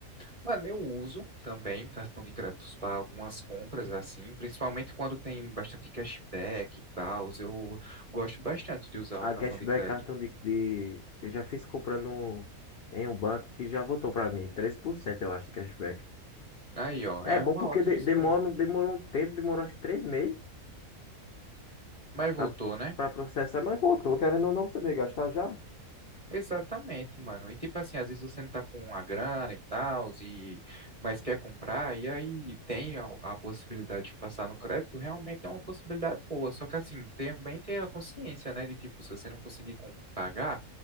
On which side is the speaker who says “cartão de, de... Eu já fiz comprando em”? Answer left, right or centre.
Left